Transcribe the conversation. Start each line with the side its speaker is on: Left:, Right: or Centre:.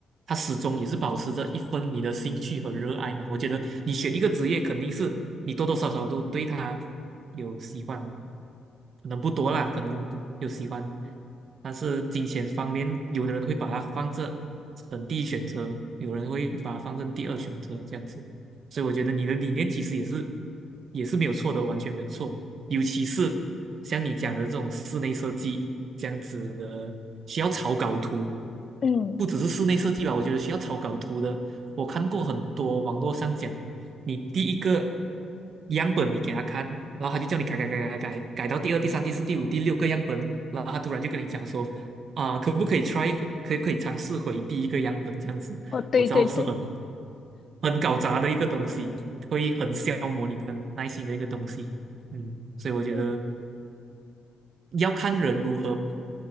Right: 它始终也是保持着一份你的兴趣和热爱嘛。我觉得你选一个职业，肯定是你多多少少都对它有喜欢，可能不多啦，可能有喜欢，但是金钱方面，有的人会把它放这成第一选择，有人会把它放成第二选择，这样子。所以我觉得你的理念其实也是也是没有错的，完全没有错。尤其是像你讲的这种室内设计这样子的，需要草稿图，
Left: 嗯。
Right: 不只是室内设计吧，我觉得需要草稿图的，我看过很多网络上讲，你第一个样本你给他看，然后他就叫你改改改改改，改到第二、第三、第四、第五、第六个样本，然后他突然就跟你讲说。啊，可不可以 try 回可以可以尝试回第一个样本这样子？
Left: 哦，对对对，
Right: 我知道是很很搞砸的一个东西，会很消磨你的耐心的一个东西。嗯，所以我觉得
Left: 嗯
Right: 要看人如何